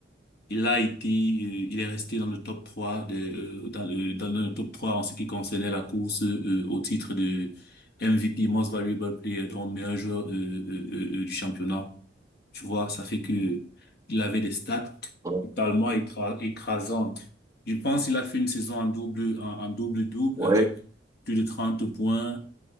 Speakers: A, on the left (about 60°); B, on the right (about 15°).
A: il a été, euh, il est resté dans le top 3, de, euh, dans le dans le top 3 en ce qui concernait la course euh, au titre de MVP Most Valuable Player, donc meilleur joueur euh, euh, euh, euh, du championnat. Tu vois, ça fait que il avait des stats
B: oui, oui.
A: totalement écra- écrasantes. Je pense qu'il a fait une saison en double, en, en double-double
B: Ouais,
A: avec plus de 30 points,